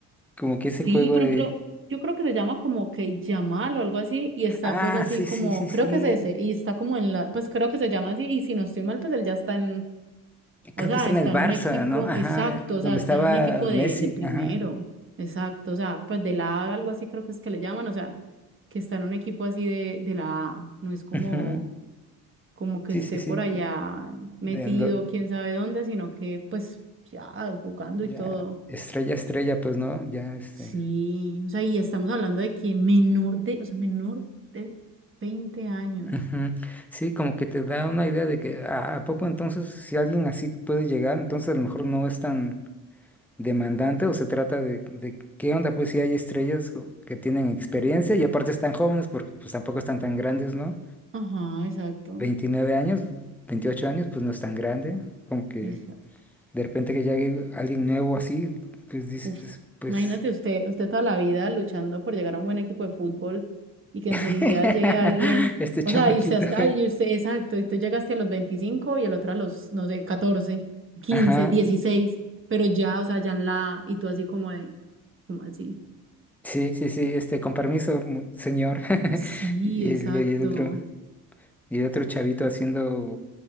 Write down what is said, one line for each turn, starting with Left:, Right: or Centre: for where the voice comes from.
Centre: como que
Right: sí,
Centre: ese juego
Right: por
Centre: de,
Right: ejemplo, yo creo que se llama como que Yamal o algo así, y está
Centre: ah,
Right: pues así
Centre: sí,
Right: como,
Centre: sí, sí,
Right: creo
Centre: sí,
Right: que es ese, y está como en la, pues creo que se llama así, y si no estoy mal, pues él ya está en, o
Centre: creo
Right: sea,
Centre: que está
Right: está
Centre: en el Barça,
Right: en un equipo,
Centre: ¿no? Ajá,
Right: exacto,
Centre: eh, donde
Right: o sea, está
Centre: estaba
Right: en un equipo de,
Centre: Messi,
Right: de primero,
Centre: ajá.
Right: exacto, o sea, pues de la A, algo así creo que es que le llaman, o sea, que está en un equipo así de, de la A, no es como
Centre: ujú,
Right: como que
Centre: Sí,
Right: esté
Centre: sí, sí,
Right: por allá metido,
Centre: de, de-
Right: quién sabe dónde, sino que pues ya jugando
Centre: Ya,
Right: y todo.
Centre: estrella, estrella, pues, ¿no? Ya, este.
Right: Sí, o sea, y estamos hablando de que menor de, o sea, menor de 20 años.
Centre: ujú. Sí, como que te da una idea de que ah, a poco entonces, si alguien así puede llegar, entonces a lo mejor no es tan demandante o se trata de, de qué onda, pues si hay estrellas co- que tienen experiencia y aparte están jóvenes porque pues tampoco están tan grandes, ¿no?
Right: Ajá, exacto.
Centre: veintinueve años, 28 años, pues no es tan grande, como que
Right: Esa-
Centre: de repente que llegue alguien nuevo así, pues dices,
Right: uf.
Centre: pues,
Right: Imagínate usted, usted toda la vida luchando por llegar a un buen equipo de fútbol y que
Centre: <laughs>
Right: enseguida llegue alguien,
Centre: este chamaquito,
Right: o sea, y usted hasta, y usted, exacto, y tú llegaste a los 25 y el otro a los, no sé, 14, quince,
Centre: <laughs> ajá.
Right: 16, pero ya, o sea, ya en la, y tú así como de, ¿Cómo así?
Centre: Sí, sí, sí, este, con permiso, mu- señor. <laughs>
Right: Sí,
Centre: Y
Right: exacto.
Centre: el, y el otro, y el otro chavito haciendo